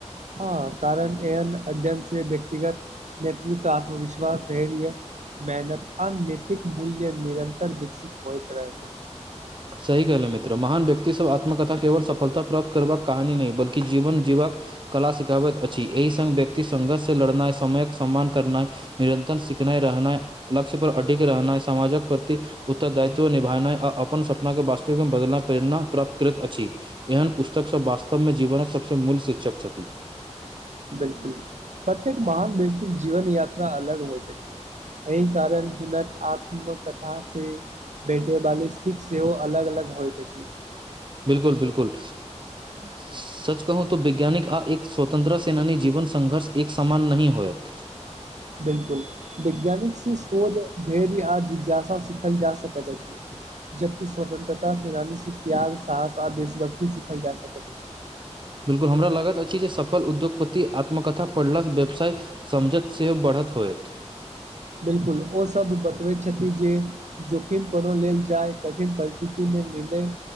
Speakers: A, on the right; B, on the right.
A: ह कारण एहन अध्ययन से व्यक्तिगत नेतृत्व आत्मविश्वास धैर्य मेहनत आ नतिक मूल्य निरन्तर विकसित होइत रहत छै।
B: सही कहल मित्र महान व्यक्तिसभ आत्मकथा केवल सफलता प्राप्त करबाक कहानी नहि बिल्कूल जीवन जीवबाक कला सिखाबैत अछि एहि संघ व्यक्ति संघर्ष से लड़नाइ समयक सम्मान करनाइ निरन्तर सिखनाइ रहनाइ लक्ष्य पर अधिक रहनाइ समामाजक प्रति उत्तर दायित्व निभानाइ आ अपन स अपना के वास्तविकमे बदलना प्रेरणा प्राप्त करैत अछि एहन पुस्तक सभ वास्तवमे जीवनक सभसँ मूल शीर्षक छथिन
A: बिल्कूल प्रत्येक महान व्यक्ति जीवन यात्रा अलग होइ। एहि कारण हुनक आत्मकथा स बेटे वाली सिक सेहो अलग अलग होइ त छै
B: बिल्कुल बिल्कुल।
A: ह।
B: सच कहू त वैज्ञानिक आ एक स्वतन्त्र सेनाी जीवन संघर्ष एक सामन नहि होयत।
A: बिल्कूल वैज्ञानिक से शोध धैर्य आ जिज्ञासा सिखल जा सकैत अछि जबक स्वतंत्रता सेनानी से त्याग सस आ देशभक्ति सिखल जा सकैत अछि।
B: बिल्कूल हमरा लागैत अछि जे सफल उद्योगपति आत्मकथा पढ़लासँ व्यवसाय समझत से बढ़त होयत।
A: बिल्कुल ओसभ बतबैत छथिन जे। जोखिम कोनो लेलऽ जाय कठिन परिस्थिति मे निर्णय।